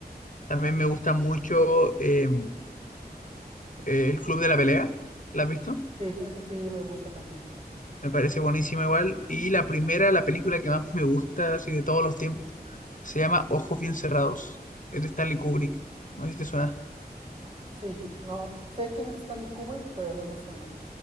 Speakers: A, on the left; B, on the right.
A: También me gusta mucho eh, El Club de la Pelea. ¿La has visto?
B: Sí, ese sí me gusta también.
A: Me parece buenísima igual. Y la primera, la película que más me gusta, así de todos los tiempos, se llama Ojos Bien Cerrados. Es de Stanley Kubrick. No sé si te suena.
B: Sí, no. Sé quién es Stanley Kubrick, pero no me suena.